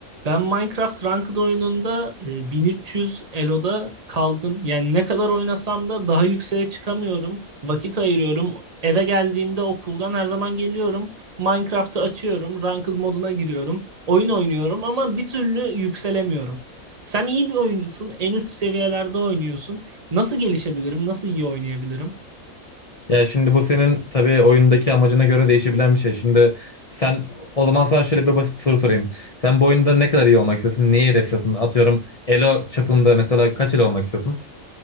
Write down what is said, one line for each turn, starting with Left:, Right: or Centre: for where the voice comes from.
Right: Ben Minecraft Ranked oyununda e, 1300 Elo'da kaldım. Yani ne kadar oynasam da daha yükseğe çıkamıyorum. Vakit ayırıyorum. Eve geldiğimde okuldan her zaman geliyorum. Minecraft'ı açıyorum. Ranked moduna giriyorum. Oyun oynuyorum ama bir türlü yükselemiyorum. Sen iyi bir oyuncusun. En üst seviyelerde oynuyorsun. Nasıl gelişebilirim? Nasıl iyi oynayabilirim?
Left: Yani şimdi bu senin tabii oyundaki amacına göre değişebilen bir şey. Şimdi sen o zaman sana şöyle bir basit bir soru sorayım. Sen bu oyunda ne kadar iyi olmak istiyorsun? Neyi hedefliyorsun? Atıyorum elo çapında mesela kaç elo olmak istiyorsun?